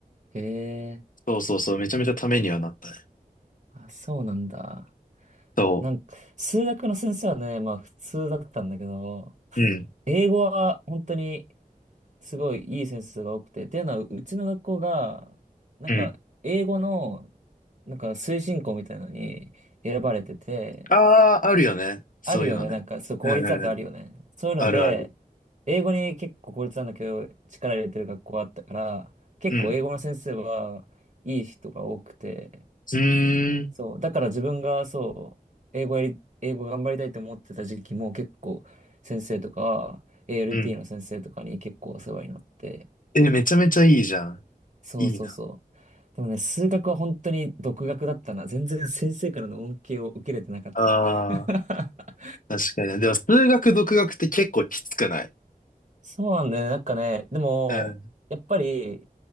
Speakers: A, on the right; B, on the left.
A: へえ、
B: そうそうそう、めちゃめちゃためにはなったね。
A: あ、そうなんだ。
B: そ
A: なんか、数学の先生はね、まあ普通だったんだけど、
B: う。うん。
A: 英語は本当にすごいいい先生が多くて、っていうのはうちの学校が、なんか英語の
B: うん。
A: なんか推進校みたいなのに選ばれてて、
B: ああ、あるよね。そういうのね。
A: あるよね。なんか、そう、公立だとあるよね。
B: うんうんうん。
A: そういうので、
B: あるある。
A: 英語に結構公立なんだけど、力入れてる学校あったから、結構英語の先生はいい人が多くて、
B: うん。うーん。
A: そう、だから自分がそう、英語やり、英語頑張りたいと思ってた時期も結構先生とか、ALT
B: うん。
A: の先生とかに結構お世話になって、
B: え、めちゃめちゃいいじゃん。
A: そうそうそう。
B: いいな。
A: でもね、数学は本当に独学だったな。全然先生からの恩恵を受けれてなかった。
B: ああ、
A: <laughs>
B: 確かに。でも、数学、独学って結構きつくない
A: そうなんだよね。なんかね、でも、
B: うん。
A: やっぱり、